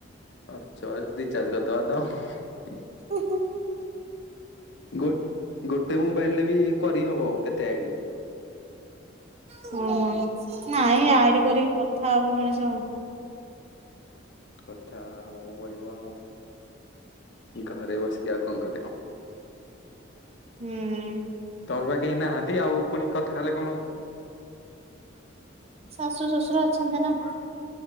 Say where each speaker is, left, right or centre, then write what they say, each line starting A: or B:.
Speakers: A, on the left; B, on the right.
A: ଖର୍ଚ ରିଚାର୍ଜ କରିଦବା ତ
B: କ
A: ଗୋ ଗୋଟେ ମୋବାଇଲରେ ବି କରିହବ କେତେ ଆଇଡି?
B: ହୁଁ- ହୁଁ। ନାଇଁ ଆଇଡି କରିକି କଥା ହବ ମଣିଷ।
A: କଥା ହବାକୁ ପଡିବ ଆଉ ଘରେ ବସି ଉ କଣ କରିବ
B: ହୁଁ।
A: ତମର ବା କେହି ନାହାନ୍ତି ଆଉ ପୁଣି କଥା ହେଲେ କଣ ହଉଛି?
B: ଶାଶୁ ଶଶୁର ଅଛନ୍ତି ନା।